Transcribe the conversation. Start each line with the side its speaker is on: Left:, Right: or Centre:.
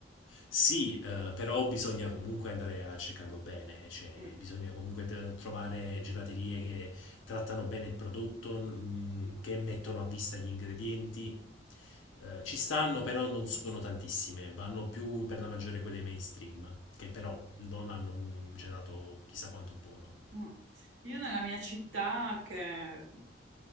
Left: Sì, eh, però bisogna comunque andare a cercarlo bene, cioè
Right: Mm,
Left: bisogna comunque t- trovare gelaterie che trattano bene il prodotto, mm, che mettono a vista gli ingredienti. Eh, ci stanno, però non sono tantissime, vanno più per la maggiore quelle mainstream, che però non hanno un gelato chissà quanto buono.
Right: mm. Io nella mia città, che è